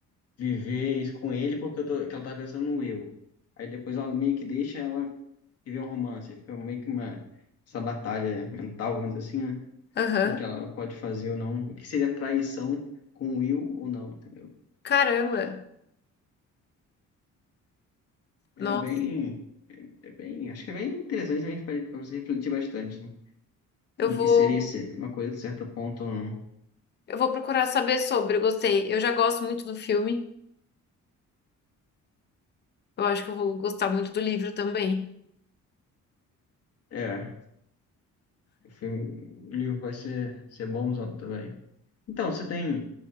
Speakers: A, on the left; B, on the left.
A: viver isso com ele porque eu tô... que ela tá pensando no eu. Aí depois ela meio que deixa ela viver um romance, fica meio que uma. Essa batalha mental, vamos dizer assim, né?
B: aham.
A: do que ela pode fazer ou não, o que seria traição com o Will ou não, entendeu?
B: Caramba.
A: É
B: Nossa,
A: bem, é bem, acho que é bem interessante também para você refletir bastante, né?
B: eu
A: No
B: vou,
A: que seria uma coisa de certo ponto ou não.
B: eu vou procurar saber sobre. Eu gostei. Eu já gosto muito do filme. Eu acho que eu vou gostar muito do livro também.
A: É, o filme, o livro vai ser, ser bonzão também. Então, você tem